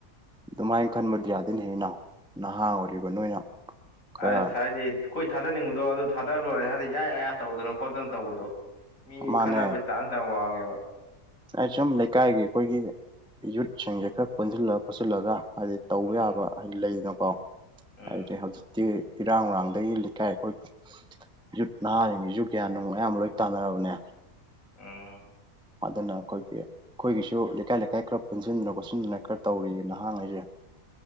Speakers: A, in the centre; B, on the left.
A: ꯑꯗꯨꯃꯥꯏꯅ ꯈꯟꯕꯗꯤ ꯌꯥꯗꯅꯦꯍꯦ ꯏꯅꯥꯎ ꯅꯍꯥ ꯑꯣꯏꯔꯤꯕ ꯅꯣꯏꯅ ꯈꯔ
B: ꯑꯁ ꯍꯥꯏꯗꯤ ꯑꯈꯣꯏ ꯊꯥꯗꯅꯤꯡꯕꯗꯣ ꯑꯗꯨ ꯊꯥꯗꯔ ꯂꯣꯏꯔꯦ ꯍꯥꯏꯗꯤ ꯌꯥꯌꯥꯌꯥ ꯇꯧꯗꯅ ꯈꯣꯠꯇꯅ ꯇꯧꯕꯗꯣ ꯃꯤ
A: ꯃꯥꯅꯦ
B: ꯈꯠꯅꯕꯩ ꯆꯥꯟꯁ ꯌꯥꯝ ꯋꯥꯡꯉꯦꯕ
A: ꯑꯩ ꯁꯨꯝ ꯂꯩꯀꯥꯏꯒꯤ ꯑꯩꯈꯣꯏꯒꯤ ꯌꯨꯠꯁꯤꯡꯖꯦ ꯈꯔ ꯄꯨꯟꯁꯤꯜꯂ ꯈꯣꯠꯁꯤꯜꯂꯒ ꯍꯥꯏꯗꯤ ꯇꯧꯕ
B: ꯎꯝ
A: ꯌꯥꯕ ꯍꯥꯏꯗꯤ ꯂꯩꯗꯅꯀꯣ
B: ꯎꯝ
A: ꯍꯥꯏꯗꯤ ꯍꯧꯖꯤꯛ ꯇꯤ ꯏꯔꯥꯡ ꯅꯨꯡꯔꯥꯡꯗꯒꯤ ꯂꯩꯀꯥꯏ ꯑꯩꯈꯣꯏ ꯌꯨꯠ ꯅꯍꯥꯖꯤꯡꯖꯤꯖꯨ ꯒ꯭ꯌꯥꯟꯅꯨꯡ ꯑꯌꯥꯝꯕ ꯂꯣꯏ ꯇꯥꯟꯅꯔꯕꯅꯦ
B: ꯎꯝ
A: ꯑꯗꯨꯅ ꯑꯩꯈꯣꯏꯒꯤ ꯑꯩꯈꯣꯏꯒꯤꯁꯨ ꯂꯩꯀꯥꯏ ꯂꯩꯀꯥꯏ ꯈꯔ ꯄꯨꯟꯁꯤꯟꯗꯅ ꯈꯣꯁꯤꯟꯗꯅ ꯈꯔ ꯇꯧꯔꯤꯌꯦ ꯅꯍꯥꯉꯩꯁꯦ